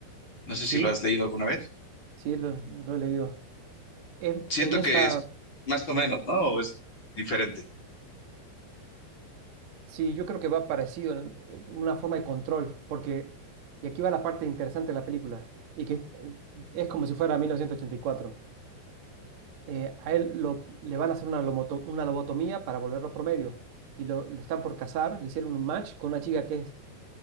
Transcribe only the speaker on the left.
No sé
si lo has leído alguna vez.
Siento
que es más o
menos, ¿no? ¿O es diferente?